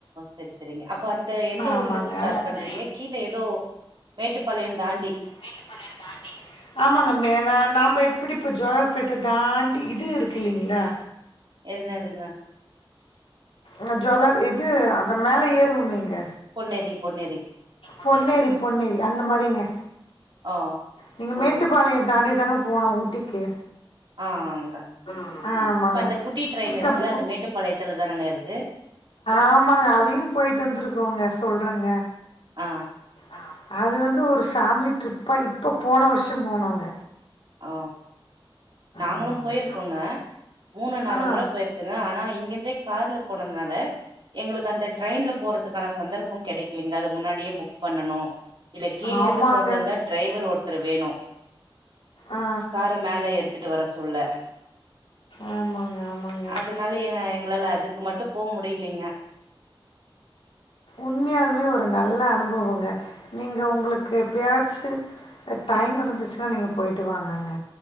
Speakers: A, on the right; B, on the left.
A: செரி செரிங்க அப்போ அந்த எந்த ஊர்ல
B: ஆமாங்க.
A: இருந்து ஸ்டார்ட்
B: ஓகே. அங்க
A: பண்றீங்க கீழ ஏதோ மேட்டுப்பாளையம் தாண்டி
B: மேட்டுப்பாளையம் தாண்டி ஆமாங்க மே ந நாம்ப இப்டி இப்போ ஜோலர்ப்பேட்ட தாண்டி இது இருக்கு இல்லைங்களா
A: என்னதுங்க
B: ஆ ஜோலார் இது அந்த மேல ஏறுவோமேங்க
A: பொன்னேரி பொன்னேரி
B: பொன்னேரி பொன்னேரி அந்த மாரிங்க
A: ஓ
B: நீங்க மேட்டுப்பாளயம் தாண்டி தாங்க போனு ஊட்டிக்கு
A: ஆ ஆ க
B: ம். ஆமாங்க.
A: இப்ப அந்த குட்டி ட்ரெயின்
B: அந்த அதுக்கப்
A: இருக்குல்ல அது மேட்டுப்பாளையத்துல தானங்க இருக்கு
B: ஆமாங்க அதையு போயிட்டு வந்துருக்கோங்க சொல்றங்க
A: ஆ
B: ஆ அது வந்து ஒரு ஃபேம்லி ட்ரிப்பா இப்ப போன வர்ஷ போனோங்க
A: ஓ நாங்களு
B: ஆமாங்க
A: போயிருக்கோங்க மூணு நாலு
B: ஆ
A: முற போயிருக் க்கங்க ஆனா இங்கெருந்தே கார்ல போனதுனால எங்களுக்கு அந்த ட்ரெயின்ல போறதுக்கான சந்தர்ப்ப கெடைக்கலைங்க அது முன்னாடியே புக் பண்ணணு இல்ல கீழருந்து
B: ஆமாங்க
A: போறதா இருந்தா டிரைவர் ஒருத்தரு வேணு
B: ஆ
A: கார மேல எடுத்துட்டு வர சொல்ல
B: ஆமாங்க ஆமாங்
A: அதுனால எ எங்களால அதுக்கு மட்டு போ முடிய்லைங்க
B: உண்மையாலுமே ஒரு நல்ல அனுபவங்க நீங்க ஒங்களுக்கு எப்பயாச்சு அ டைம் இருந்துச்சுனா நீங்க போயி்ட்டு வாங்கங்க